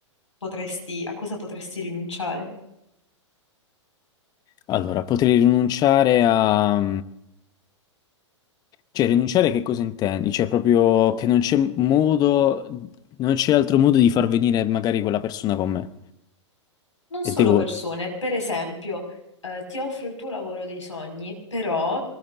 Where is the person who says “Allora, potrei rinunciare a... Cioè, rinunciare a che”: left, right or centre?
Left